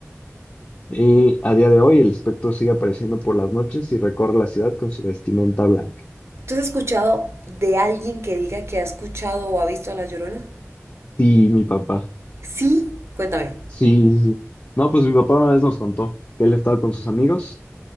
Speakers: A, on the left (about 40°); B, on the right (about 55°).
A: Y a día de hoy el espectro sigue apareciendo por las noches y recorre la ciudad con su vestimenta blanca.
B: ¿Tú has escuchado de alguien que diga que ha escuchado o ha visto a la Llorona?
A: Sí, mi papá.
B: Sí. Cuéntame.
A: Sí, sí, sí. No, pues mi papá una vez nos contó que él estaba con sus amigos